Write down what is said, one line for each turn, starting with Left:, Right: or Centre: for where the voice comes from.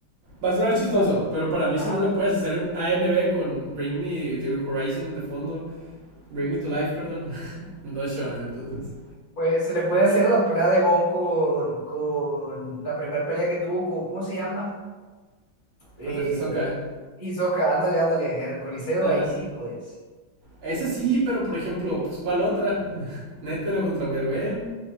Right: va a sonar chistoso,
Left: ah,
Right: pero para mí,
Left: Nada.
Right: si no le puedes hacer un AMB con Bring Me the Horizon de fondo, Bring Me to Life, perdón, <laughs> no es shonen, entonces.
Left: Pues se le puede hacer a la pelea de Gon con, con la primera pelea que tuvo con, ¿cómo se llama? Eh,
Right: Contra Hisoka.
Left: Hisoka, ándale, ándale, en el Coliseo,
Right: Ah,
Left: ahí sí, pues.
Right: ese sí, pero por ejemplo, pues ¿cuál otra? <laughs> Netero contra Meruem.